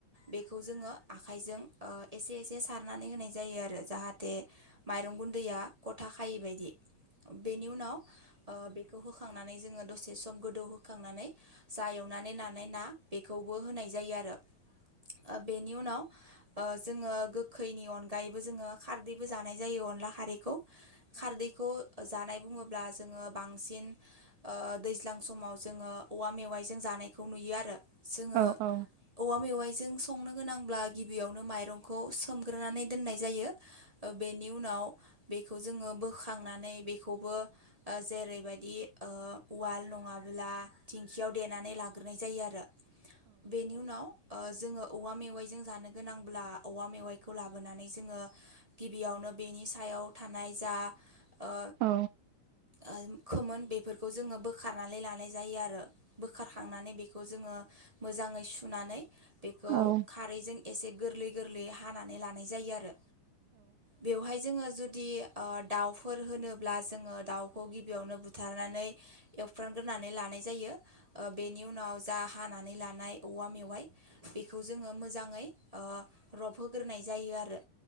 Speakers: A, on the right; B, on the right.
A: बेखौ जोङो आखाइजों ओ एसे एसे सारनानै होनाय जायो आरो जाहाथे माइरं गुन्दैया गथा खायै बायदि बेनि उनाव ओ बे खौ होखांनानै जोङो दसे सम गोदौ होखांनानै जा एवनानै लानाय ना बेखौबो होनाय जायो आरो ओ बेनि उनाव ओ जोङो गोखैनि अन गायैबो जोङो खारदैबो जानाय जायो अनला खारैखौ खारदैखौ जानाय बुङोब्ला जोङो बांसिन ओ दैज्लां समाव जोङो औवा मेवाइजों जानाय खौ नुयो आरो जोङो
B: औ
A: औवा मेवाइजों संनो गोनांब्ला गिबियाव नो माइरंखौ सोमग्रोनानै दोननाय जायो ओ बेनि उनाव बेखौ जोङो बोखांनानै बेखौबो ओ जेरैबायदि ओ उवाल नङाब्ला थिंखियाव देनानै ला ग्रोनाय जायो आरो बेनि उनाव ओ जोङो औवा मेवाइजों जानो गोनांब्ला औवा मेवाइखौ लाबोनानै जो ङो गिबियावनो बेनि सायाव थानाय जा ओ
B: औ
A: ओन खोमोन बेफोरखौ जोङो बोखारनानै लानाय जायो आरो बोखारखांनानै बेखौ जोङो मोजाङै सुनानै बेखौ
B: औ
A: खारैजों एसे गोरलै गोरलैयै हानानै लानाय जा यो आरो बेवहाय जोङो जुदि ओ दाउफोर होनो ब्ला जोङो दाउखौ गिबियावनो बुथारनानै एवफ्रामग्रोनानै लानाय जायो। ओ बेनि उनाव जा हानानै लानाय औवा मेवाइ बेखौ जोङो मोजाङै ओ रब होग्रोनाय जायो आरो।